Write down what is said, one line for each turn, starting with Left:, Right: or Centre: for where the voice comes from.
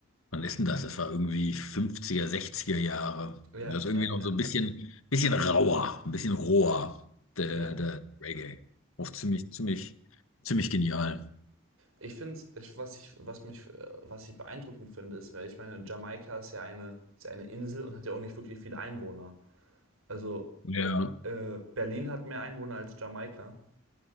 Left: wann ist denn das? Das war irgendwie fünfziger sechziger Jahre.
Right: ja,
Left: Und das ist irgendwie
Right: ja,
Left: noch
Right: ja,
Left: so ein bisschen, bisschen rauer, ein bisschen roher, der,
Right: ja.
Left: der Reggae. Auch ziemlich, ziemlich, ziemlich genial.
Right: Ich finde, ich, was ich, was mich, äh, was ich beeindruckend finde, ist, weil ich meine, Jamaika ist ja eine, ist ja eine Insel und hat ja auch nicht wirklich viele Einwohner. Also
Left: Ja.
Right: äh, Berlin hat mehr Einwohner als Jamaika.